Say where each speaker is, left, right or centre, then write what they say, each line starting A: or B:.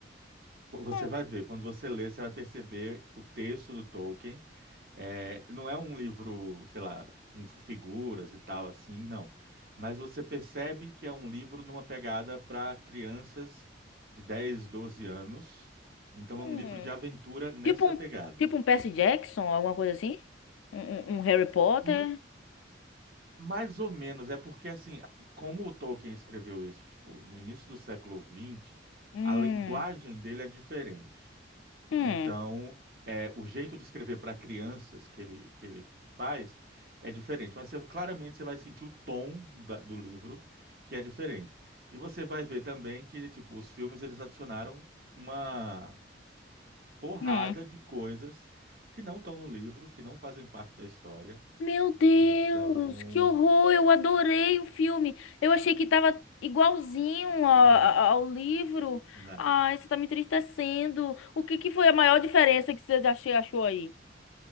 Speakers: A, on the right; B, on the left.
A: Qu- Você
B: Hum,
A: vai ver, quando você lê, você vai perceber o texto do Tolkien. É, não é um livro, sei lá, com figuras e tal assim, não. Mas você percebe que é um livro numa pegada para crianças de 10, 12 anos. Então
B: hum.
A: é um livro de aventura nessa
B: Tipo um,
A: pegada.
B: tipo um Percy Jackson, alguma coisa assim? Um, um- um Harry Potter?
A: N- mais ou menos, é porque assim, como o Tolkien escreveu isso, tipo, no início do século XX,
B: Hum,
A: a linguagem dele é diferente.
B: hum,
A: Então, é, o jeito de escrever para crianças que ele, que ele faz é diferente, mas você- claramente você vai sentir o tom da- do livro que é diferente. E você vai ver também que tipo, os filmes eles adicionaram uma porrada
B: hum.
A: de coisas que não estão no livro, que não fazem parte da história.
B: Meu Deus,
A: Então,
B: que horror! Eu adorei o filme. Eu achei que tava igualzinho a-
A: não,
B: a- ao livro.
A: nada.
B: Ai, você tá me entristecendo. O que que foi a maior diferença que você achei- achou aí